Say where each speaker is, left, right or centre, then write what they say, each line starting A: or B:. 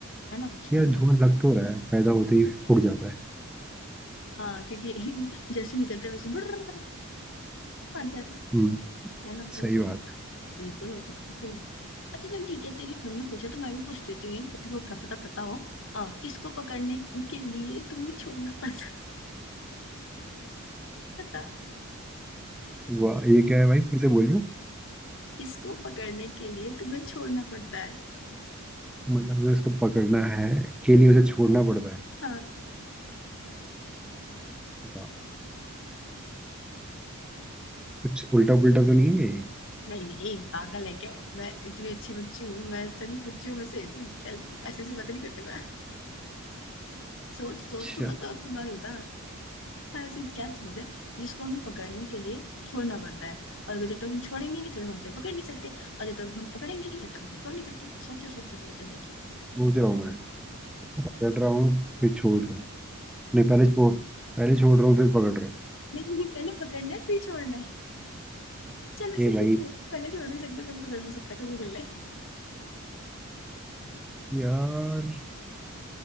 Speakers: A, on the left; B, in the centre.
A: है ना उस
B: यार
A: टाइप का।
B: धुआं लग तो रहा है पैदा होते ही उड़ जाता है
A: हाँ क्योंकि <laughs> जैसे निकलता है वैसे बर्र बच जाता है
B: हम्म
A: है ना
B: सही
A: तो हो
B: बात
A: सकता
B: है
A: बिल्कुल हो सकता है क्यों नहीं अच्छा चल ठीक है तेरी फ्रेंड ने पूछा तो मैं भी पूछ देती हूँ तुमको क्या पता पता हो आ, किसको पकड़ने के लिए तुम्हें छोड़ना पड़ता है
B: वाह ये क्या है भाई फिर से बोलियो
A: इसको पकड़ने के लिए तुम्हें छोड़ना पड़ता है
B: मतलब हमें उसको पकड़ना है के लिए उसे छोड़ना पड़ता है
A: हाँ
B: वाह कुछ उल्टा पुल्टा तो नहीं है ये?
A: नहीं नहीं पागल है क्या मैं इतनी अच्छी बच्ची हूँ मैं सभी बच्चियों में से एक हूँ चल ऐसे ऐसी बातें नहीं करते मैं सोच सोच
B: अच्छा
A: थोड़ा सा तुम्हारा लेता हाँ हाँ, ऐसी क्या चीज है जिसको हमें पकड़ने के लिए छोड़ना पड़ता है और जब तक हम छोड़ेंगे नहीं तब तक हम उसे पकड़ नहीं सकते और जब तक हम पकड़ेंगे नहीं तब तक हम छोड़ नहीं सकते सोचो सोचो सोचो सोचो
B: सोच रहा हूँ मैं पकड़ रहा हूँ फिर छोड़ रहा हूँ नहीं पहले छोड़ पहले छोड़ रहा हूँ फिर पकड़ रहा हूँ
A: नहीं नहीं पहले पकड़ना है फिर छोड़ना है चल उसे
B: ए भाई
A: तू छोड़ पहले छोड़ भी सकता पहले पकड़ भी सकता कभी कर ले
B: यार